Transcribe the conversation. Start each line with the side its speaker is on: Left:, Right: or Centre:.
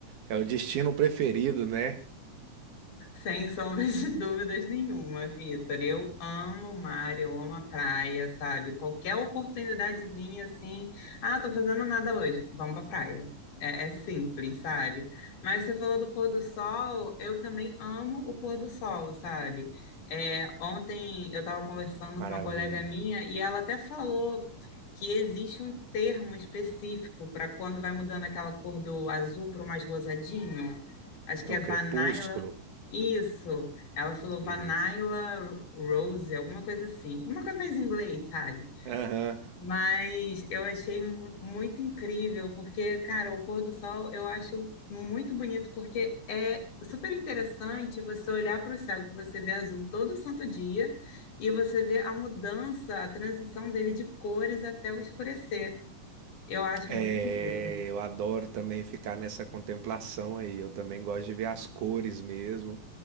Right: é o destino preferido, né?
Left: Sem sombra de dúvidas nenhuma, Vitor. Eu amo o mar, eu amo a praia, sabe? Qualquer oportunidadezinha assim, ah, tô fazendo nada hoje, vamos pra praia. É, é simples, sabe? Mas você falou do pôr do sol, eu também amo o pôr do sol, sabe? É, ontem eu estava conversando
Right: Maravilha.
Left: com uma colega minha e ela até falou que existe um termo específico para quando vai mudando aquela cor do azul para o mais rosadinho. Acho que
Right: É
Left: é
Right: o
Left: vanilla,
Right: crepúsculo.
Left: isso, ela falou Vanilla
Right: Isso.
Left: Rose, alguma coisa assim, uma coisa mais em inglês, sabe?
Right: Aham.
Left: Mas eu achei mu- muito incrível, porque, cara, o pôr do sol eu acho muito bonito, porque é super interessante você olhar para o céu, que você vê azul todo santo dia, e você vê a mudança, a transição dele de cores até o escurecer. Eu acho
Right: É,
Left: muito bonito.
Right: eu adoro também ficar nessa contemplação aí. Eu também gosto de ver as cores mesmo.